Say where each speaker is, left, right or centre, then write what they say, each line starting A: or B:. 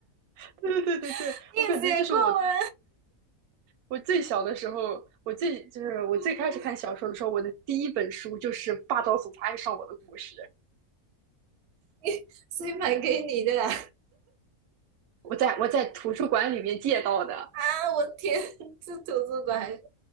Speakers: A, on the right; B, on the right.
A: <laughs> 对对对对对，
B: <laughs> 你也写过吗？
A: 我感觉就是我我最小的时候，我最就是我最开始看小说的时候，
B: <laughs>
A: 我的第一本书就是《霸道总裁爱上我的故事》，
B: 你谁买给你的啊？
A: 我在我在图书馆里面借到的。
B: 啊，我天，这图书馆还